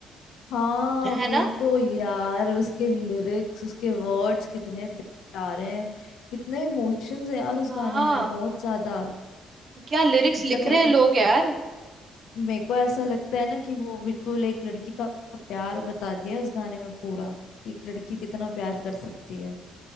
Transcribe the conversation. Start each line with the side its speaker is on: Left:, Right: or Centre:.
Left: हाँ
Right: है
Left: वो
Right: ना
Left: तो यार उसके लिरिक्स उसके वर्ड्स कितने प्यारे हैं कितने इमोशंस है यार उस
Right: हाँ
Left: गाने में बहुत ज्यादा
Right: क्या लिरिक्स
Left: मतलब
Right: लिख
Left: मेरे
Right: रहे हैं
Left: को
Right: लोग यार
Left: मेरे को ऐसा लगता है ना कि वो बिल्कुल एक लड़की का प्यार बता दिया है उस गाने में पूरा कि एक लड़की कितना प्यार कर सकती है